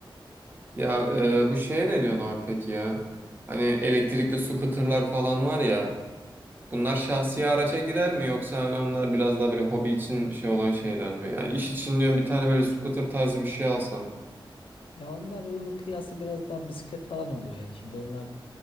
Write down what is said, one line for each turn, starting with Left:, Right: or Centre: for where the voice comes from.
Right: Ya e, bu şeye ne diyorsun abi peki ya? Hani elektrikli scooter'lar falan var ya. Bunlar şahsi araca girer mi yoksa hani onlar biraz daha böyle hobi için şey olan şeyler mi? Ya iş için diyorum bir tane böyle scooter tarzı bir şey alsam.
Left: Ya onların kıyası biraz daha bisiklet falan oluyor yani. Şimdi onlar